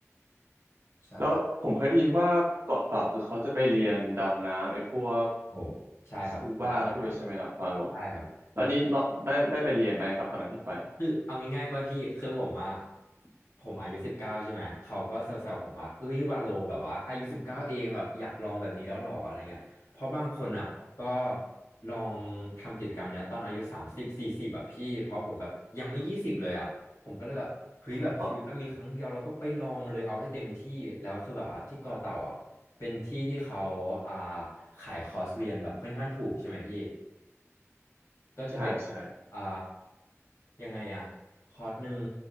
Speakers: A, on the left; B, on the right.
A: ใช่
B: แล้วผมเคยได้ยินว่าเกาะเต่าคือเขาจะไปเรียนดำน้ำไอ้พวก
A: โอ้ใช่ครับว่าได้
B: สกูบาด้วยใช่ไหมครับวาโล
A: ใช่ครับแล้ว
B: แล้วนี้เนาะได้ได้ไปเรียนไหมครับตอนนั้นที่ไป
A: คือเอาง่ายๆป่ะพี่คือผมว่าผมอายุสิบเก้าใช่ไหมเขาก็แซวๆผมว่าเอ้ยวาโลแบบว่าอายุสิบเก้าเองแบบอยากลองแบบนี้แล้วหรออะไรเงี้ยเพราะบางคนอ่ะก็ลองทำกิจกรรมเนี้ยตอนอายุสามสิบสี่สิบแบบพี่เพราะผมแบบยังไม่ยี่สิบเลยอ่ะผมก็เลยแบบเฮ้ยแบบชีวิตเรามีครั้งเดียวเราก็ไปลองเลยเอาให้เต็มที่แล้วคือแบบว่าที่กอเต่าอ่ะเป็นที่ที่เขาอ่า
B: อ๋อ
A: ขายคอร์สเรียนแบบค่อนข้างถูกใช่ไหมพี่ ก็จะเป็นแบบอ่า
B: ใช่ใช่
A: ยังไงอะคอร์สหนึ่ง